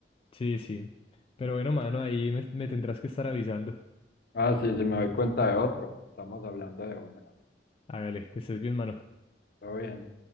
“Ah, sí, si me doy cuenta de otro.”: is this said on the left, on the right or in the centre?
Left